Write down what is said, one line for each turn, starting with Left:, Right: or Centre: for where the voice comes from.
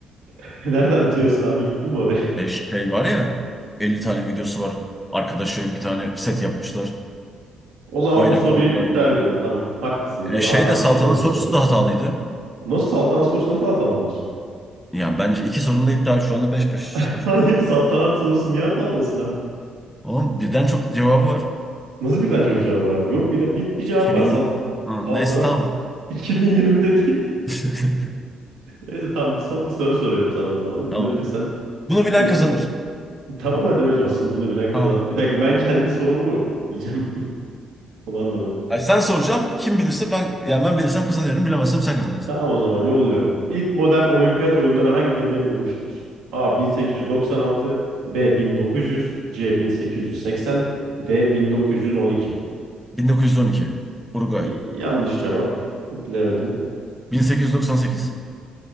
Right: <laughs> Nereden biliyorsun abi? Gittin mi oraya?
Centre: E şey var ya 50 tane videosu var. Arkadaşı bir tane set yapmışlar.
Right: O zaman
Centre: Bayrak
Right: bu soruyu
Centre: koyuyorlar
Right: iptal
Centre: koyuyor.
Right: ediyorum. Tamam, haklısın.
Centre: E
Right: Bu daha
Centre: şey
Right: tartışmalı
Centre: de saltanat sorusu
Right: bir soru.
Centre: da hatalıydı.
Right: Nasıl saltanat sorusu nasıl hatalı olsun?
Centre: Yani bence iki sorun da iptal. Şu anda beş beş
Right: <laughs>
Centre: skor.
Right: Hayır, saltanat sorusu niye hatalı olsun abi?
Centre: Oğlum birden çok cevabı var.
Right: Nasıl birden çok cevap var abi? Yok bir de bir, bir cevabı
Centre: 2020.
Right: var. Sal,
Centre: Ha,
Right: saltanat
Centre: neyse tamam.
Right: <laughs> 2020'de değil.
Centre: <laughs>
Right: Neyse tamam bir son bir soru soruyorum sana o zaman.
Centre: Tamam.
Right: Bunu bilirsen
Centre: Bunu bilen
Right: İyi.
Centre: kazanır.
Right: tamam hadi öyle olsun. Bunu bilen kazan.
Centre: Tamam.
Right: Bir dakika ben kendi sorumu bileceğim. <laughs> Onu anlamadım.
Centre: Ay sen soracağım. Kim bilirse ben yani ben bilirsem kazanıyorum. Bilemezsem sen kazanırsın.
Right: Tamam o zaman yolluyorum. İlk modern olimpiyat oyunları hangi yılda yapılmıştır? A 1896, B 1900, C 1880, D 1912.
Centre: 1912. Uruguay.
Right: Y- yanlış cevap. Bilemedin.
Centre: 1898.